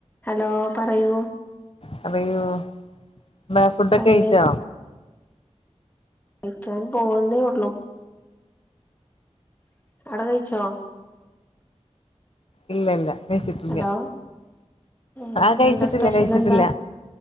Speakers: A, on the left; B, on the left.
A: Hello പറയൂ
B: പറയൂ എന്താ ഫുഡൊക്കെ
A: പറയാൻ
B: കഴിച്ചോ
A: കഴിക്കാൻ പോവുന്നേ ഉള്ളു അവിടെ കഴിച്ചോ
B: ഇല്ലല്ല കഴിച്ചിട്ടില്ല
A: ഹലോ ഏ
B: ആഹ്
A: ഇന്നെന്താ
B: കഴിച്ചിട്ടില്ല
A: സ്പെഷ്യൽ
B: കഴിച്ചിട്ടില്ല
A: എന്താ